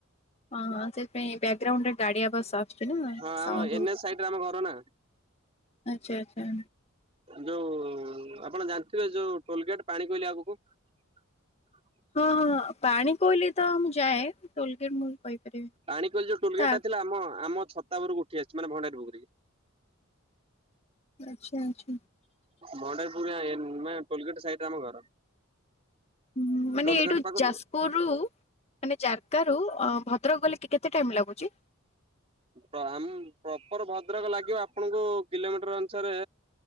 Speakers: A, on the left; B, on the right.
A: ହଁ, ହଁ ସେଇଥିପାଇଁ ବ୍ୟାଗ୍ ଗ୍ରାଉଣ୍ଡରେ ଗାଡି ଆବାସ୍ ସା <unintelligible> ମ
B: ହଁ
A: ସାଉଣ୍ଡ
B: ଆମ ଏନ୍
A: ହଉଚି।
B: ଏଚ୍ ସାଇଡରେ ଆମ ଘର ନା।
A: ଆଛା, ଆଛା।
B: ଯୋଉ ଆପଣ ଜାଣିଥିବେ, ଯୋଉ ଟୋଲଗେଟ୍ ପାଣିକୋଇଲି ଆଗୁକୁ <inaudible>
A: ହଁ, ହଁ ପାଣିକୋଇଲି ତ ମୁଁ ଯାଏ। ଟୋଲ୍ ଗେଟ୍ ମୁଁ କହିପାରିବି।
B: ପାଣିକୋଇଲି ଯୋଉ ଟୁଲଗେଟ୍
A: ତା
B: ଟା ଥିଲା, ଆମ ଆମ ଛତାବରୁକୁ ଉଠି ଆସଚି। ମାନେ ଭଣ୍ଡାରୀ ପୋଖରୀକି
A: ଆଛା ଆଛା।
B: ଭଣ୍ଡାରୀପୁରେ ଏନ୍ ଏ ଟୋଲଗେଟ୍ ସାଇଟ୍ ରେ ଆମ ଘର।
A: ଉଁ, ମାନେ
B: ଟୋଲଗେଟ୍
A: ଏଇଠୁ
B: ପାଖରୁ
A: ଯାସପୁର ରୁ ମାନେ ଜାରକାରୁ ଆ ଭଦ୍ରକ ଗଲେ କେ-କେତେ ଟାଇମ୍ ଲାଗୁଚି?
B: ତ ଆମ୍ ପ୍ରପର୍ ଭଦ୍ରକ ଲାଗିବ, ଆପଣଙ୍କୁ କିଲମିଟର ଅନୁସାରେ